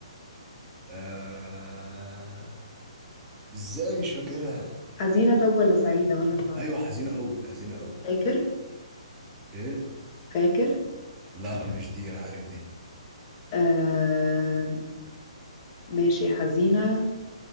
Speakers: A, on the right; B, on the left.
A: آه... ازاي مش فاكرها
B: حزينة طب ولا سعيدة وأنا أساعدك
A: ايوه حزينه قوي حزينه قوي
B: فاكر
A: ايه
B: فاكر
A: لا مش دي انا عارف دي
B: آه ماشي حزينة